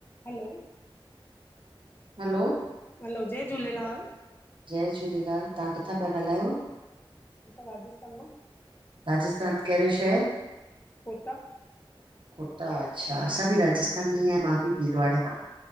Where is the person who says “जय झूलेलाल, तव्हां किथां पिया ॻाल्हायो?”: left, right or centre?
Right